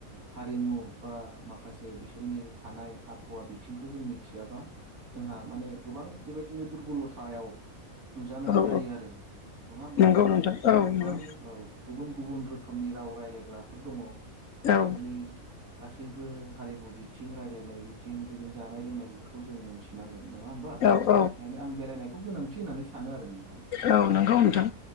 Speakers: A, on the right (about 85°); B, on the left (about 70°).
A: हारिमु बा माखासे बिसोरनि थानाय आबहावा बिथिंखौ जों मिथियाबा। जोंहा माने गोबां बेबादि नो दुरबलथायाव। नुजानाय
B: औ
A: जायो आरो नङा होमबा
B: नंगौ
A: जोंनि
B: नोंथां
A: खाथियावनो
B: औ
A: गोबां
B: नंगौ
A: औ गुबुन गुबुन रोखोमनि राव राय्लायग्रा। फोर दङ। बिसोरनि
B: औ
A: गासैबो हारिमु बिथिं रायलायनाय बिथिं बिनि जानाय लोंनाय बेफोरखौ जों मोन्थिनांगोन। नङा होमबा?
B: औ औ
A: ओंखायनो आं बेरायनायखौ गोनांथि होननानै सानो आरो नों
B: औ नंगौ नोंथां,